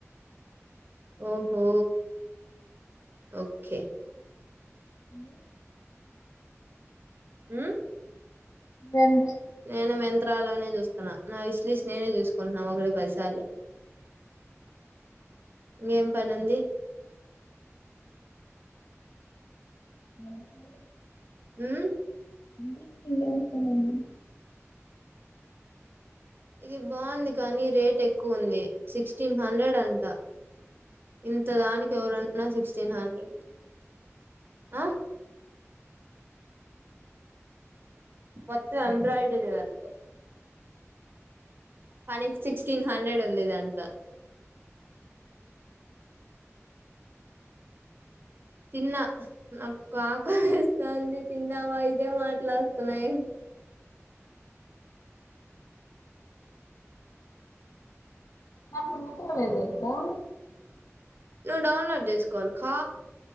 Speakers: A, on the right; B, on the left.
A: ఓహో ఓకే
B: అని
A: హ్
B: బెండ్
A: నేను మింత్రాలోనే చూస్తాను నా విష్ లిష్ నేనే చూసుకుంటున్నా ఒకటి పదిసార్లు ఇంకేం పని ఉంది
B: మంచి
A: హుమ్
B: <unintelligible>
A: ఇది బాగుంది కానీ రేట్ ఎక్కువ ఉంది సిక్స్టీన్ హండ్రెడ్ అంట ఇంత దానికి ఎవరన్నా సిక్స్టీన్ హండ్రెడ్ ఆ మొత్తం ఎంబ్రోయిడరీ వర్క్ పని సిక్స్టీన్ హండ్రెడ్ ఉంది దాంట్లో తిన్న నాకు ఆకా లేస్త ది తిన్నవా ఇదే మాట్లాడుతున్నాయి
B: మా మాంత వేది అంతా
A: నువ్ డౌన్లోడ్ చేసుకో కోల్ఖా